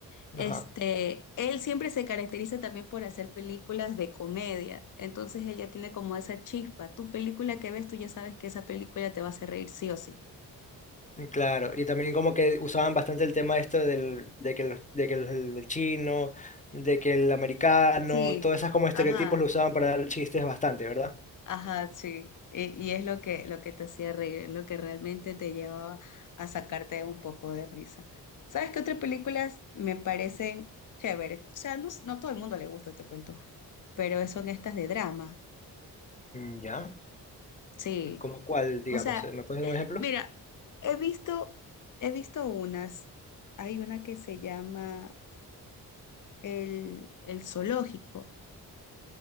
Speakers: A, on the left; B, on the left.
A: Este,
B: ajá,
A: él siempre se caracteriza también por hacer películas de comedia, entonces él ya tiene como esa chispa. Tu película que ves, tú ya sabes que esa película te va a hacer reír sí o sí.
B: claro. Y también como que usaban bastante el tema esto del, de que, el, de que el, el chino, de que el americano,
A: Sí,
B: todos esos como estereotipos
A: ajá,
B: lo usaban para dar chistes bastante, ¿verdad?
A: ajá, sí. Y, y es lo que, lo que te hacía reír, es lo que realmente te llevaba a sacarte un poco de risa. ¿Sabes qué otras películas me parecen chéveres? O sea, no, no todo el mundo le gusta, te cuento, pero son estas de drama.
B: Mm, Ya.
A: Sí,
B: ¿Cómo cuál, digamos?
A: o sea,
B: ¿Me puedes dar un ejemplo?
A: Mira, he visto, he visto unas. Hay una que se llama el, el zoológico.